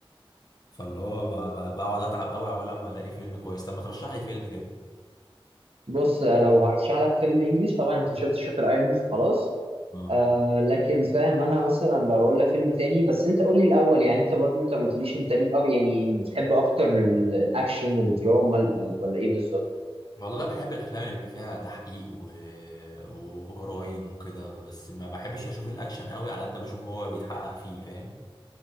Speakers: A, on the left (about 40°); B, on the right (about 80°).
A: فاللي هو ب- ب- بقعد اتعب قوي عقبال لما الاقي فيلم كويس طب ما ترشح لي فيلم كده
B: بص لو هرشح لك فيلم انجليش طبعا انت شفت شاتر ايلاند خلاص
A: آه.
B: آه لكن فاهم انا مثلا لو هقول لك فيلم تاني بس انت قول لي الاول يعني انت برضو انت ما قلتليش انت ليك أو يعني بتحب اكتر ال- الاكشن الدراما ال- ولا ايه بالظبط
A: والله بحب الافلام اللي بيبقى فيها تحقيق و... وجرايم وكده بس ما بحبش اشوف الاكشن قوي على قد ما بشوف هو بيتحقق فيه فاهم